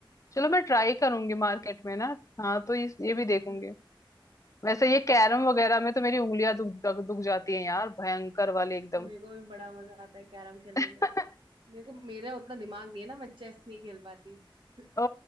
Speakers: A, on the left (about 35°); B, on the right (about 70°).
A: चलो मैं ट्राई करूंगी
B: उन
A: मार्केट में ना हाँ तो ये ये
B: हम्म,
A: भी देखूंगी वैसे ये कैरम वगैरह में तो मेरी उंगलियां दुख दुख दुख जाती हैं यार भयंकर वाली एकदम
B: मेरे को भी बड़ा मजा आता है कैरम खेलने
A: <laughs>
B: में मेरे को मेरा उतना दिमाग नहीं है ना मैं चेस नहीं खेल पाती <laughs>
A: ओ